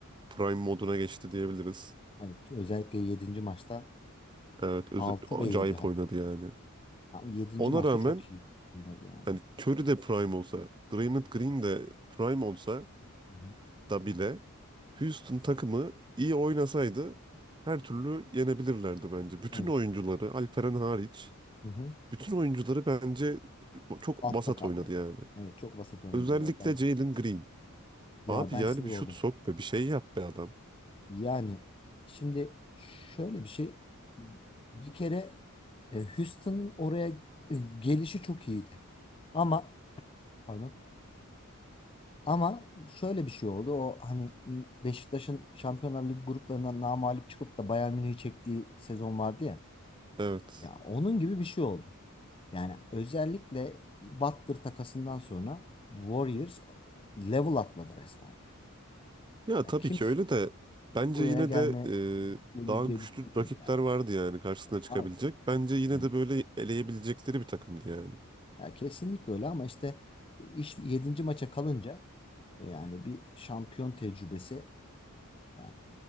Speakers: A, on the right; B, on the left.
A: Prime moduna geçti diyebiliriz.
B: Evet, özellikle yedinci maçta
A: Evet, öz-
B: 6
A: acayip
B: ve yedi hatta.
A: oynadı yani.
B: yedinci
A: Ona
B: maçta
A: rağmen
B: çok iyi oynadı yani.
A: hani Curry de Prime olsa, Draymond Green de Prime olsa
B: Hı hı.
A: da bile Houston takımı iyi oynasaydı her türlü yenebilirlerdi bence. Bütün
B: Evet.
A: oyuncuları, Alperen hariç,
B: Hı hı.
A: bütün oyuncuları bence çok
B: Altta
A: vasat
B: kaldılar.
A: oynadı yani.
B: Evet çok vasat oynadılar
A: Özellikle
B: ya bence.
A: Jalen
B: de.
A: Green.
B: Ya
A: Abi
B: ben
A: yani
B: sinir
A: bir
B: oldum.
A: şut sok be, bir şey yap be adam.
B: Yani şimdi şöyle bir şey bir kere e, Houston'ın oraya e, gelişi çok iyiydi. Ama pardon. Ama şöyle bir şey oldu. O hani Beşiktaş'ın Şampiyonlar Ligi gruplarından namağlup çıkıp da Bayern Münih'i çektiği sezon vardı ya.
A: Evet.
B: Ya onun gibi bir şey oldu. Yani özellikle Butler takasından sonra Warriors level atladı resmen. Yani.
A: Ya
B: Ya
A: tabii
B: kimse
A: ki öyle de bence
B: buraya
A: yine
B: gelme
A: de e,
B: gelir
A: daha
B: diye
A: güçlü
B: düşünmüyordu
A: rakipler
B: yani.
A: vardı yani karşısına çıkabilecek.
B: Vardı.
A: Bence yine
B: Yani,
A: de böyle eleyebilecekleri bir takımdı yani.
B: ya kesinlikle öyle ama işte iş yedinci maça kalınca e, yani bir şampiyon tecrübesi yani